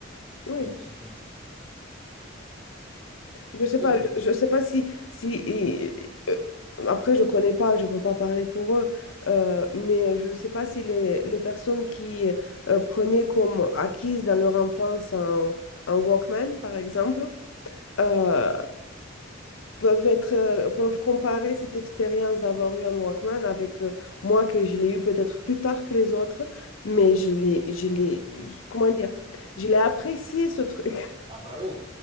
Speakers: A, on the left; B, on the right.
A: oui,
B: et qui
A: je sais
B: oui
A: pas, je je sais pas si, si et- euh, après je connais pas, je peux pas parler pour eux, euh, mais je sais pas si les, les personnes qui euh, prenaient comme acquise dans leur enfance un, un Walkman, par exemple, euh, peuvent être, euh, peuvent comparer cette expérience d'avoir eu un Walkman avec euh, moi que je l'ai eu peut-être plus tard que les autres, mais je l'ai, je l'ai, je- comment dire, je l'ai apprécié ce truc.
B: ah bah oui